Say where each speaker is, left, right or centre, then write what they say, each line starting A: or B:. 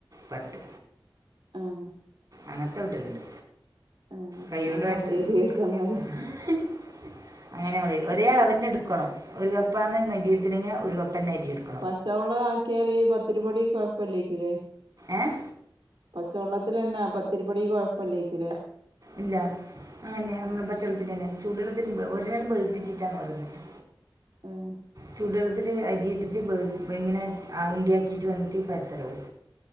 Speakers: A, on the right; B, on the right.
A: ബട്ട്
B: ആഹ്
A: അങ്ങൻത്തെതുണ്ട്
B: ആ
A: കൈയ്യോണ്ട്
B: അത് ഞാൻ ആദ്യായിട്ട് കേൾക്കാ എന്നാല്
A: <unintelligible> അങ്ങനെടെ ഒരേ അളവെന്നെടുക്കണം ഒരു കപ്പാന്ന് മയ്ദിത്തിനങ്ങി ഒരു കപ്പ് പന്നരിയിടും
B: പച്ചവെള്ള ആക്കിയാല് ഈ പത്തിരിപൊടി കൊഴപ്പല്ലേക്കുലേ
A: ഏഹ്
B: പച്ചവെള്ളത്തിലന്നാ പത്തിരിപ്പൊടി കൊഴപ്പല്ലേക്കുലേ
A: ഇല്ല അങ്ങനെയാ നമ്മുടെ പച്ചോള്ളത്തിൽന്നെ ചൂടോള്ളത്തിൽ ഒരേൾ വേൽപ്പിച്ചിട്ടാന്ന് പറഞ്ഞിട്ട്
B: ഏഹ്
A: ചൂടള്ളത്തില് അരിയി ഇട്ടിട്ട് ഇങ്ങനെ ആ ഉണ്ടിയാക്കിയിട്ട് വന്നിട്ട് പരത്തലൊള്ളൂ